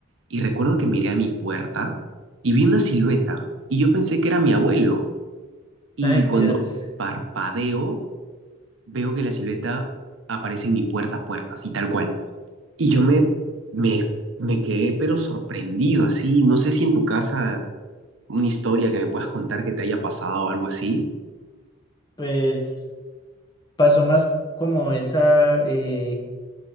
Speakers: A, on the right; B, on the left.
A: y recuerdo que miré a mi puerta y vi una silueta. Y yo pensé que era mi abuelo. Y
B: Ay,
A: cuando
B: Dios,
A: parpadeo, veo que la silueta aparece en mi puerta a puerta, así tal cual. Y yo me, me, me quedé pero sorprendido, así. No sé si en tu casa una historia que me puedas contar que te haya pasado o algo así.
B: pues. pasó más como esa, eh,